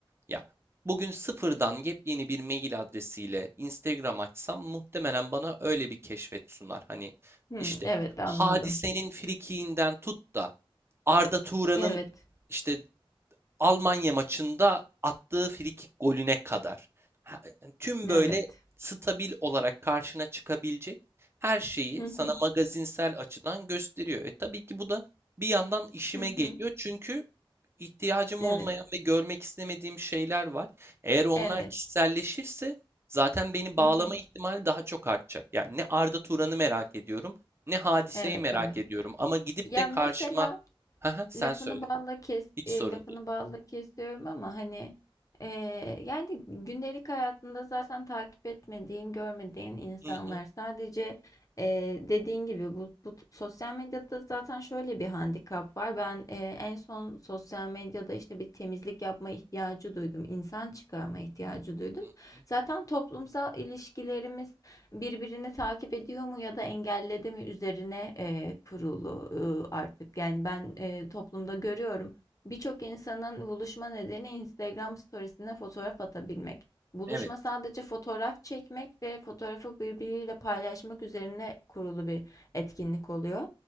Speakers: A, on the right; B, on the left.
A: ya bugün sıfırdan yepyeni bir mail adresiyle Instagram açsam muhtemelen bana öyle bir keşfet sunar. Hani
B: Hı.
A: işte
B: Evet anladım.
A: Hadise'nin frikiğinden tut da Arda Turan'ın
B: Evet.
A: işte Almanya maçında attığı frikik golüne kadar. Tüm
B: Evet.
A: böyle stabil olarak karşına çıkabilecek her şeyi
B: Hı
A: sana
B: hı.
A: magazinsel açıdan gösteriyor. E tabii ki bu da bir yandan işime
B: Hı hı.
A: geliyor. Çünkü ihtiyacım
B: Evet.
A: olmayan ve görmek istemediğim şeyler var. Eğer onlar
B: Evet.
A: kişiselleşirse zaten beni
B: Hı
A: bağlama
B: hı.
A: ihtimali daha çok artacak. Yani ne Arda Turan'ı merak ediyorum, ne hadiseyi
B: Evet
A: merak
B: evet.
A: ediyorum. Ama gidip
B: Ya
A: de karşıma,
B: mesela
A: <laughs> sen
B: lafını
A: söyle,
B: balla kes
A: hiç
B: e,
A: sorun
B: lafını
A: değil.
B: balla kesiyorum ama hani e, yani gündelik hayatında zaten takip etmediğin, görmediğin insanlar
A: Hı hı.
B: sadece e, dediğin gibi bu, bu t- sosyal medyada zaten şöyle bir handikap var. Ben e, en son sosyal medyada işte bir temizlik yapma ihtiyacı duydum, insan çıkarma ihtiyacı duydum.
A: Hı hı.
B: Zaten toplumsal ilişkilerimiz birbirini takip ediyor mu ya da engelledi mi üzerine e, kurulu e, artık. Yani ben e, toplumda görüyorum. Birçok insanın buluşma nedeni Instagram storiesine fotoğraf atabilmek. Buluşma
A: Evet.
B: sadece fotoğraf çekmek ve fotoğrafı birbiriyle paylaşmak üzerine kurulu bir etkinlik oluyor.